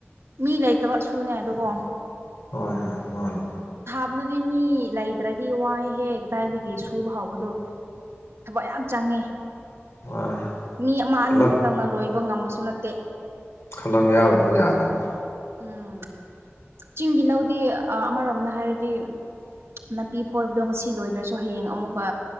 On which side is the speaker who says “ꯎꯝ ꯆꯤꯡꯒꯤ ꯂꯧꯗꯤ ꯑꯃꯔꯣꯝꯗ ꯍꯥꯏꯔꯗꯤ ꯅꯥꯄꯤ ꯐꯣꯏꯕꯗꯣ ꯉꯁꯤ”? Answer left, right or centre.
Right